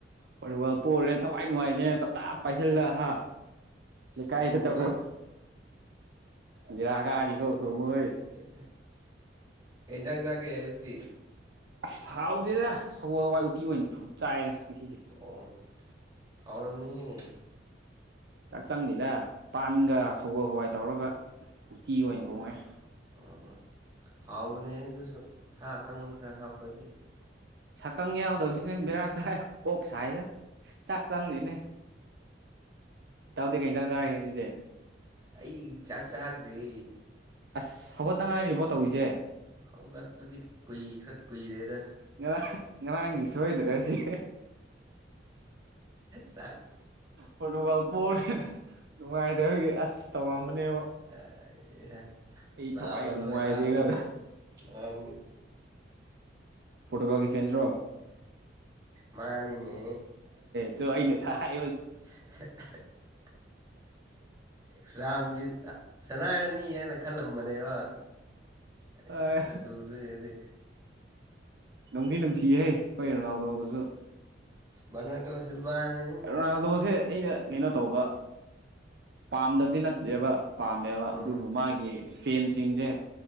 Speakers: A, on the right; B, on the right.
A: ꯐꯔ ꯋꯥꯜ ꯄꯣꯔꯦ ꯊꯋꯥꯏ ꯅꯨꯡꯉꯥꯏꯅꯦ ꯇꯞ ꯇꯞ ꯄꯥꯏꯁꯤꯜꯂ ꯍꯥ ꯀꯥꯏ
B: ꯑꯗꯨꯒꯨꯝꯕ
A: ꯊ ꯇ ꯃꯤꯔꯒꯥꯔꯤ ꯀꯣ ꯊꯅꯣꯏ
B: ꯎ ꯎꯝ ꯍꯟꯖꯥꯡ ꯆꯥꯒꯦ ꯑꯌꯨꯛꯇꯤ
A: ꯑꯁ ꯁꯥꯎꯗꯦꯗ ꯁꯒꯣꯜ ꯍꯋꯥꯏ ꯎꯇꯤ ꯑꯣꯏꯅ ꯊꯨꯞ ꯆꯥꯏꯔ ꯉꯁꯤꯗꯤ
B: ꯑꯣ ꯀꯧꯔꯅꯤ
A: ꯆꯥꯛ ꯆꯪꯗꯦꯗ ꯄꯥꯟꯒ ꯁꯒꯣꯜ ꯍꯋꯥꯏ ꯇꯧꯔꯒ ꯎꯇꯤ ꯑꯣꯏꯅ
B: ꯑꯣ
A: ꯈꯣꯡꯉꯦ
B: ꯑꯣ ꯑꯣ ꯑꯣ ꯍꯥꯎꯕꯅꯦ ꯑꯗꯨꯁꯨ ꯁꯥ ꯑꯀꯪ ꯈꯔ ꯍꯥꯞꯄꯗꯤ
A: ꯁꯛꯀꯪ ꯌꯥꯎꯗꯕꯁꯤꯅꯦ ꯕꯤꯔꯥ ꯀꯥꯏ ꯀꯣꯛꯣꯛ ꯁ ꯍꯥꯏꯗ ꯆꯥꯛ ꯆꯪꯗꯦꯅꯦ ꯇꯥꯎꯗ ꯀꯩꯇꯪ ꯆꯥꯔꯛꯒꯦ ꯁꯤꯗꯤ
B: ꯑꯩ ꯆꯥꯛ ꯆꯥꯗ꯭ꯔꯦ
A: ꯑꯁ ꯍꯧꯒꯠꯅꯉꯥꯏꯔꯤꯕꯣ ꯇꯧꯔꯤꯁꯦ
B: ꯍꯧꯒꯠꯄꯨꯗꯤ ꯀꯨꯏ ꯈꯔ ꯀꯨꯏꯔꯦꯗ
A: ꯉꯥꯡ ꯉꯔꯥꯡꯒꯤ ꯁꯣꯏꯗ꯭ꯔꯦ ꯁꯤ
B: ꯎ
A: ꯄꯣꯔꯇꯨꯒꯥꯜ ꯄꯣꯔꯦ ꯅꯨꯡꯉꯥꯏꯗꯕꯒꯤ ꯑꯁ ꯇꯧꯔꯝꯕꯅꯦꯕ
B: ꯑꯩ
A: ꯑꯩ
B: ꯗꯥꯎꯕ
A: ꯊꯋꯥꯏ ꯌꯥꯝ
B: ꯂꯣꯏ
A: ꯅꯨꯡꯉꯥꯏꯇꯦꯒ
B: ꯍꯥꯠꯂꯦꯗ ꯉꯔꯥꯡꯗꯤ
A: ꯄꯣꯇꯣꯀꯜꯒꯤ ꯐꯦꯟꯁ ꯔꯣ
B: ꯃꯥꯅꯤꯅꯦ
A: ꯆꯣ ꯑꯩꯅ ꯁꯕ
B: <unintelligible> ꯑꯦꯛꯁꯇ꯭ꯔꯥ ꯃꯤꯅꯤꯠ ꯁꯅꯥꯔꯅꯤ ꯍꯥꯏꯅ ꯈꯜꯂꯝꯕꯅꯦꯕ ꯑꯁꯥ
A: ꯑꯦ
B: ꯑꯗꯨꯗꯗꯤ
A: ꯅꯨꯡꯒꯤ ꯅꯨꯡꯁꯤꯍꯩ ꯑꯩꯈꯣꯏ ꯔꯣꯅꯥꯜꯗꯣꯗꯁꯨ
B: ꯃꯅꯤ ꯇꯣ ꯁꯤꯜꯕꯥꯅꯤ
A: ꯔꯣꯅꯥꯜꯗꯣꯁꯦ ꯑꯩꯅ ꯀꯩꯅꯣ ꯇꯧꯕ ꯄꯥꯝꯗꯕꯗꯤ ꯅꯠꯇꯦꯕ ꯄꯥꯝꯃꯦꯕ
B: ꯎꯝ
A: ꯑꯗꯨꯕꯨ ꯃꯥꯒꯤ ꯐꯦꯟꯁꯤꯡꯁꯦ